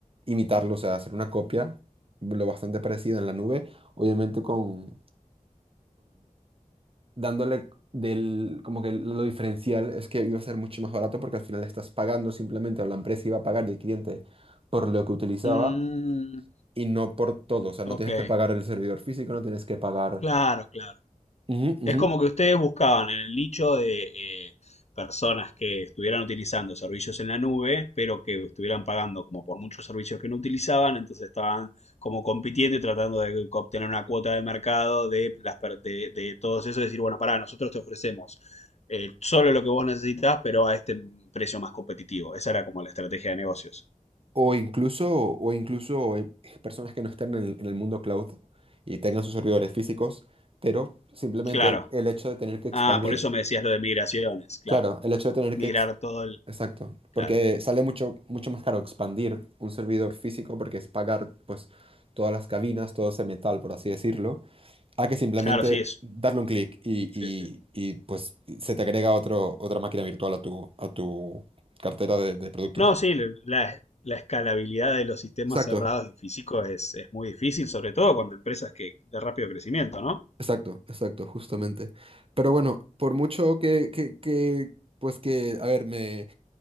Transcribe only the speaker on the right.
imitarlo, o sea, hacer una copia lo bastante parecida en la nube, obviamente con, dándole del, como que lo diferencial es que iba a ser mucho más barato porque al final estás pagando simplemente, o la empresa iba a pagar el cliente por lo que utilizaba
y no por todo. O sea,
no tienes que pagar el servidor físico, no tienes que pagar...
Ujú, ujú.
O incluso, o incluso eh, personas que no estén en el, en el mundo cloud y tengan sus servidores físicos, pero simplemente
el, el hecho de tener que expandir,
claro, el hecho de tener
que
Exacto,
porque sale mucho, mucho más caro expandir un servidor físico porque es pagar pues todas las cabinas, todo ese metal, por así decirlo, a que simplemente
darle un clic y,
y-
y, pues se te agrega otro, otra máquina virtual a tu, a tu cartera de, de productos.
Exacto,
exacto, exacto, justamente. Pero bueno, por mucho que, que, que pues que, a ver, me...